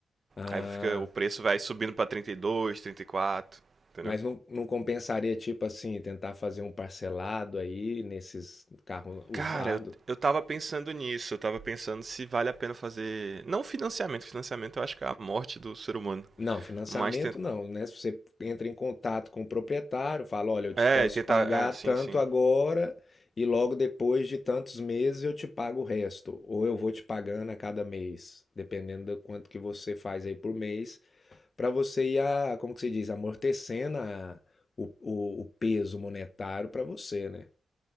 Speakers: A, on the left; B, on the right.
A: ah,
B: Aí fica o preço vai subindo pra 32, trinta e quatro entendeu?
A: mas não, não compensaria tipo assim tentar fazer um parcelado aí nesses carro
B: Cara,
A: usado?
B: eu, eu tava pensando nisso, eu tava pensando se vale a pena fazer. Não financiamento, financiamento eu acho que é a morte do ser humano.
A: Não, financiamento
B: Mas tenta...
A: não, né, se você entra em contato com o proprietário, fala: "Olha, eu te
B: É,
A: posso
B: tentar.
A: pagar
B: É, sim,
A: tanto
B: sim.
A: agora e logo depois de tantos meses eu te pago o resto, ou eu vou te pagando a cada mês", dependendo do quanto que você faz aí por mês, para você ir a como que se diz? Amortecendo a o o o peso monetário para você, né.